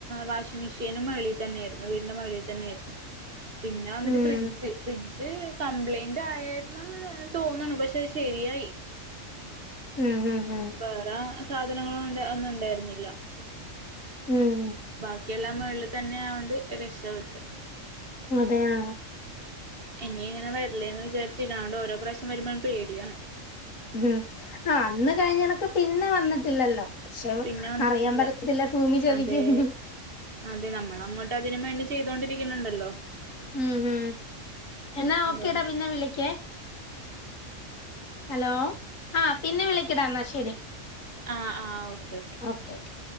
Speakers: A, on the right; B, on the left.
A: വാഷിംഗ് മെഷീനും മേളി തന്നെരുന്നു വീടിന്റെ മേളിതന്നെയിരുന്നു പിന്നാന്നിട്ട്
B: ഉം
A: ഫ്രിഡ്ജ് ഫ്രിഡ്ജ് കംപ്ലൈന്റ് ആയേര്ന്നന്ന് തോന്ന്ണു പക്ഷെ അത് ശെരിയായി
B: ഉം ഉം ഉം
A: വേറാ സാധനങ്ങളണ്ട് ഒന്നും ഉണ്ടായിര്ന്നില്ല
B: ഉം ഉം
A: ബാക്കിയെല്ലാം മേളിൽ തന്നെ ആയോണ്ട് രക്ഷപെട്ട്
B: അതെയാ
A: ഇനി ഇങ്ങനെ വരല്ലേന്ന് വിചാരിച്ച്ക്കാണ്ട് ഓരോ പ്രാവശ്യം വരുമ്പ പേടിയാണ്
B: ഉഹുംആ അന്ന് കഴിഞ്ഞണക്ക് പിന്നെ വന്നിട്ടില്ലല്ലോ പക്ഷെ
A: പിന്നെ വന്നിട്ടില്ല
B: അറിയാൻ പറ്റത്തില്ല ഫൂമി ചതിക്കും
A: അതെ അതെ നമ്മളങ്ങോട്ട് അതിനുംമേണ്ടി ചെയ്തോണ്ടിരിക്ക്ന്ന്ണ്ടല്ലോ
B: ഉംഹും എന്നാ ഓക്കേടാ
A: അതോ
B: പിന്നെ വിളിക്കേ ഹലോ ആഹ് പിന്നെ വിളിക്കടാന്നാ ശെരി
A: ആ ആ ഓക്കെ
B: ഓക്കെ ഓക്കെ